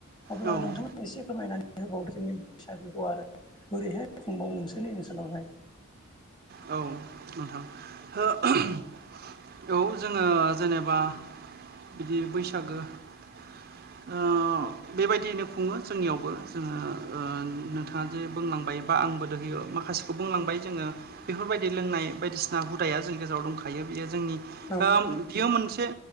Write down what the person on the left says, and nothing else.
अब्ला
नोंथां एसे फोरमायनानै होबावो जोंनि बैसागोखौ आरो बोरैहाय खुंबावो नोंसोरनि ओनसोलावहाय
औ